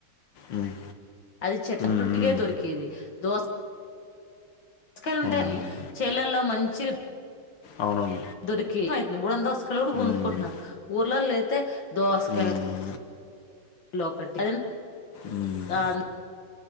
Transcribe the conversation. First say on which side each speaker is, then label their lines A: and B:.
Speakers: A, on the left; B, on the left.
A: ఉమ్,
B: అది చెట్ల
A: ఉమ్,
B: చుట్టుక దొరికేది దోస్ కాయలు ఉంటే
A: ఉమ్, ఉమ్,
B: కాని చేలల్లో మంచి
A: అవునడి
B: దొరికి ముడందా <inaudible> డు కొనుక్కుంటున్నారు
A: ఉమ్,
B: ఊ పిల్లోలు అయితే దోసకాయలు
A: ఉమ్,
B: లోకట్
A: ఉమ్,
B: రాన్